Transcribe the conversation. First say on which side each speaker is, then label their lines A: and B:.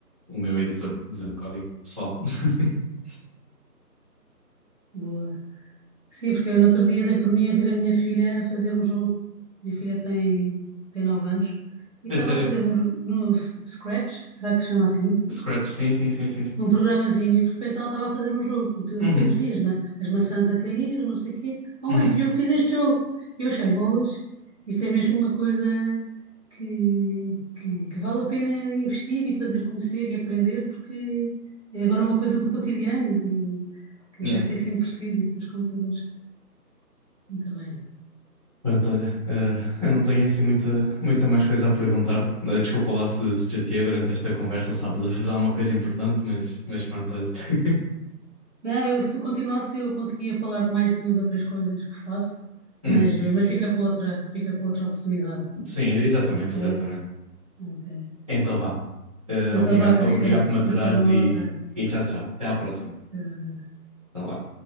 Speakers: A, on the right; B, on the right.
A: o meu editor de código pessoal. <laughs>
B: Boa. Sim, porque eu no outro dia dei por mim a ver a minha filha a fazer um jogo. Minha filha tem, tem 9 anos e
A: É
B: estava
A: sério.
B: a fazer um jo- no S- Scratch, será que se chama assim?
A: Scratch, sim, sim, sim, sim, sim.
B: Um programazinho e de repente ela estava a fazer um jogo e tu de
A: Uhum,
B: repente vias ma as maçãs a cair, não sei o quê. Oh
A: uhum,
B: mãe, fui eu que fiz este jogo. E eu achei bolas. Isto é mesmo uma coisa que, que, que vale a pena investir e fazer conhecer e aprender porque é agora uma coisa do cotidiano e do que
A: yeah.
B: vai ser sempre preciso isso dos computadores. Muito bem.
A: Pronto, olha, eh, eu não tenho assim muita, muita mais coisa a perguntar. Eh, desculpa lá se, se te chateei durante esta conversa ou estavas a fazer alguma coisa importante, mas, mas pronto, olha. <laughs>
B: Não, eu, se tu continuasse, eu conseguia falar de mais duas ou três coisas que faço,
A: Hum,
B: mas, mas fica para outra, fica para outra oportunidade.
A: sim, exatamente,
B: Ok?
A: exatamente.
B: Ok.
A: Então vá. Eh,
B: Então
A: obrigado,
B: vá, Cristiano,
A: obrigado por maturares
B: até uma
A: e,
B: outra.
A: e tchau, tchau. Até à próxima.
B: eh,
A: Então vá.